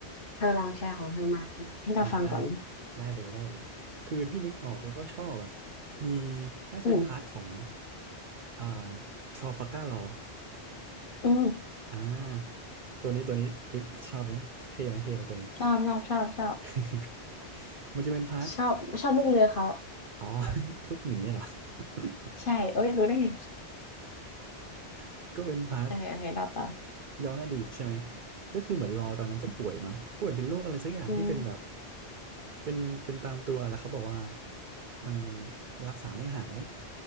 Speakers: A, on the left; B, on the right.
A: เธอลองแชร์ของเธอมามาให้เราฟังก่อน
B: อ่าได้ได้เลยได้เลยคือที่นึกออกแล้วก็ชอบอ่ะมีน่าจะเป็นพาร์ทของ
A: อืม
B: อ่าทร a ฟัลการ์ลอ
A: อืม
B: อ่าตัวนี้ตัวนี้ชอบไหมเท่ไหมเท่ไหมตัวนี้
A: ชอบชอบชอบชอบ
B: <laughs> มันจะเป็นพาร์ท
A: ชอบชอบลูกเรือเขา
B: อ๋อ <laughs> ทุกหมีเหรอ <laughs>
A: ใช่เอ้ยรู้ได้ไง
B: <laughs> ก็เป็นพาร์ท
A: โอเคโอเคเราต่อ
B: ย้อนอดีตใช่ไหมก็คือเหมือนรอตอนนั้นจะป่วยมั้งป่วยเป็นโรคอะไรสักอย่างที่เป็นแบบ
A: อืม
B: เป็นเป็นตามตัวแล้วเขาบอกว่ามันรักษาไม่หาย